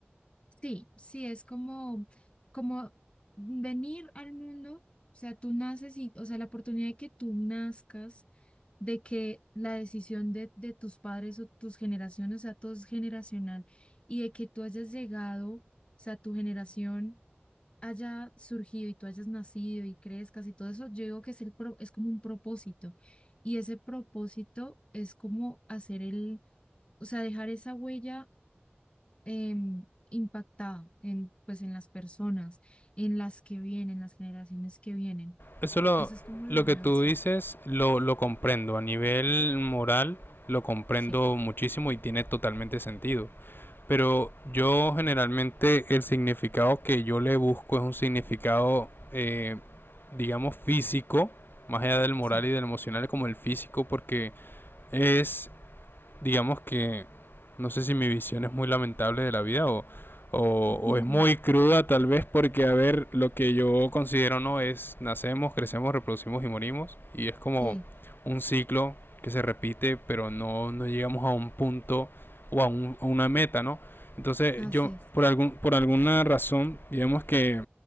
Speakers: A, on the left (about 25°); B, on the left (about 55°).
A: sí, sí, es como, como venir al mundo, o sea, tú naces y, o sea, la oportunidad de que tú nazcas, de que la decisión de, de tus padres o tus generaciones, o sea, todo es generacional, y de que tú hayas llegado, o sea, tu generación. haya surgido y tú hayas nacido y crezcas y todo eso, yo digo que es, el pro- es como un propósito. Y ese propósito es como hacer el, o sea, dejar esa huella em, impactada en, pues, en las personas, en las que vienen, las generaciones que vienen.
B: Eso lo
A: Eso es como lo
B: lo que
A: veo
B: tú
A: así.
B: dices lo lo comprendo a nivel
A: Ujú.
B: moral, lo comprendo
A: Sí,
B: muchísimo y tiene totalmente sentido. Pero yo generalmente el significado que yo le busco es un significado eh, digamos físico, más allá del moral
A: sí.
B: y del emocional como el físico porque es digamos que no sé si mi visión es muy lamentable de la vida o, o,
A: <laughs>
B: o es muy cruda tal vez porque, a ver, lo que yo considero no es nacemos, crecemos, reproducimos y morimos y es como
A: Sí,
B: un ciclo que se repite pero no, no llegamos a un punto o a, un, a una meta, ¿no? Entonces
A: así
B: yo
A: es.
B: por, algún, por alguna razón, digamos que